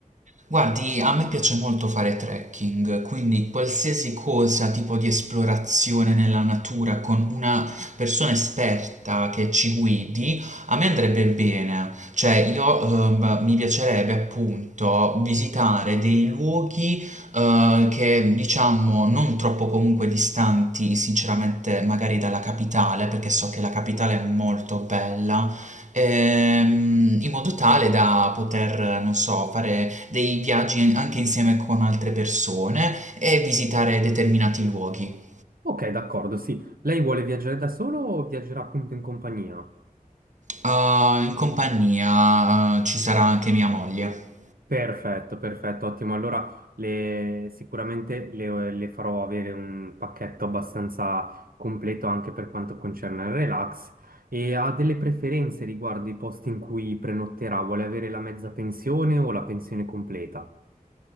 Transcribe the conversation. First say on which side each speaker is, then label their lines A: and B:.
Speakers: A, on the right; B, on the right.
A: Guardi, a me piace molto fare trekking, quindi qualsiasi cosa, tipo di esplorazione nella natura con una persona esperta che ci guidi, a me andrebbe bene. Cioè, io ehm, mi piacerebbe appunto visitare dei luoghi eh, che diciamo non troppo comunque distanti, sinceramente, magari dalla capitale, perché so che la capitale è molto bella ehm, in modo tale da poter, non so, fare dei viaggi anche insieme con altre persone e visitare determinati luoghi.
B: Ok, d'accordo, sì. Lei vuole viaggiare da solo o viaggerà appunto in compagnia?
A: Ah, in compagnia, ah, ci sarà anche mia moglie.
B: Perfetto, perfetto, ottimo. Allora le- sicuramente le, le farò avere un pacchetto abbastanza completo anche per quanto concerne il relax e ha delle preferenze riguardo i posti in cui prenotterà, vuole avere la mezza pensione o la pensione completa?